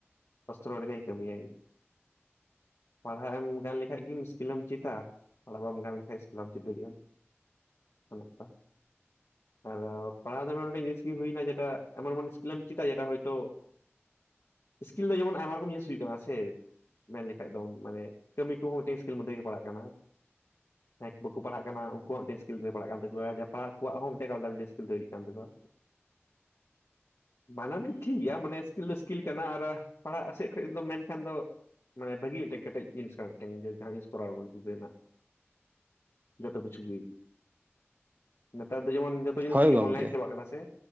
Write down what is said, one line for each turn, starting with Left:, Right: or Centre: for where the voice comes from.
Left: ᱚᱥᱛᱨᱚ ᱞᱮᱠᱟᱭ ᱠᱟᱹᱢᱤᱭᱟᱭ ᱯᱟᱲᱦᱟᱜ ᱮᱢ ᱜᱟᱱ ᱞᱮᱠᱷᱟᱡ ᱜᱮ ᱩᱥᱠᱤᱞ ᱦᱚᱢ ᱪᱮᱫᱟ ᱛᱟᱦᱞᱮ ᱵᱟᱢ ᱜᱟᱱ ᱞᱮᱠᱷᱟᱡ ᱤᱥᱠᱤᱞ ᱵᱟᱢ ᱪᱮᱫ ᱫᱟᱲᱮᱭᱟᱜᱼᱟ᱾ ᱚᱱᱮ ᱚᱱᱠᱟ ᱟᱨᱚ ᱯᱟᱲᱦᱟᱣ ᱫᱚ ᱱᱚᱰᱮ ᱵᱮᱥ ᱜᱮ ᱦᱳᱭ ᱱᱟ ᱡᱮᱴᱟ ᱮᱢᱚᱱ ᱮᱢᱚᱱ ᱤᱥᱠᱤᱞ ᱮᱢ ᱪᱮᱫᱟ ᱡᱮᱴᱟ ᱦᱳᱭ ᱛᱚ ᱥᱠᱤᱞ ᱫᱚ ᱡᱮᱢᱚᱱ ᱟᱭᱢᱟ ᱨᱚᱠᱚᱢ ᱡᱤᱱᱤᱥ ᱦᱩᱭᱩᱜ ᱠᱟᱱᱟ ᱥᱮ ᱢᱮᱱ ᱞᱮᱠᱷᱟᱡ ᱫᱚ ᱢᱟᱱᱮ ᱠᱟᱹᱢᱤ ᱠᱚᱦᱚᱸ ᱢᱤᱫᱴᱮᱱ ᱥᱠᱤᱞ ᱢᱚᱫᱫᱷᱮ ᱜᱮ ᱯᱟᱲᱟᱜ ᱠᱟᱱᱟ ᱡᱟᱦᱟᱸᱭ ᱠᱚ ᱵᱟᱠᱚ ᱯᱟᱲᱦᱟᱜ ᱠᱟᱱᱟ ᱩᱱᱠᱩᱣᱟᱜ ᱢᱤᱫᱴᱮᱱ ᱥᱠᱤᱞ ᱨᱮ ᱯᱟᱲᱦᱟᱜ ᱠᱟᱱ ᱛᱟᱠᱚᱣᱟ ᱡᱟ ᱯᱟᱲᱦᱟᱜ ᱠᱚᱣᱟᱜ ᱦᱚᱸ ᱢᱤᱫᱴᱮᱱ ᱟᱞᱟᱫᱟ ᱢᱤᱫᱴᱮᱱ ᱥᱠᱤᱞ ᱛᱳᱭᱨᱤᱜ ᱠᱟᱱ ᱛᱟᱠᱚᱣᱟ
Right: ᱹᱹᱹ
Left: ᱵᱟᱱᱟᱨ ᱜᱮ ᱴᱷᱤᱠ ᱜᱮᱭᱟ ᱢᱟᱱᱮ ᱥᱠᱤᱞ ᱥᱠᱤᱞ ᱠᱟᱱᱟ ᱟᱨ ᱯᱟᱲᱦᱟᱜ ᱥᱮᱫ ᱠᱷᱚᱡ ᱫᱚ ᱢᱮᱱᱠᱷᱟᱱ ᱫᱚ ᱢᱟᱱᱮ ᱵᱷᱟᱹᱜᱤ ᱢᱤᱫᱴᱮᱡ ᱠᱮᱴᱮᱡ ᱡᱤᱱᱤᱥ ᱠᱟᱱᱟ ᱢᱤᱫᱴᱮᱱ ᱡᱟᱦᱟᱸ ᱡᱤᱱᱤᱥ ᱠᱚᱨᱟᱣ ᱨᱮᱱᱟᱜ ᱡᱚᱛᱚ ᱠᱤᱪᱷᱩ ᱜᱮ ᱱᱮᱛᱟᱨ ᱫᱚ ᱡᱮᱢᱚᱱ ᱡᱚᱛᱚ ᱡᱤᱱᱤᱥ
Right: ᱦᱳᱭ
Left: ᱜᱮ
Right: ᱜᱚᱝᱠᱮ
Left: ᱚᱱᱞᱟᱭᱤᱱ ᱪᱟᱵᱟᱜ ᱠᱟᱱᱟ ᱥᱮ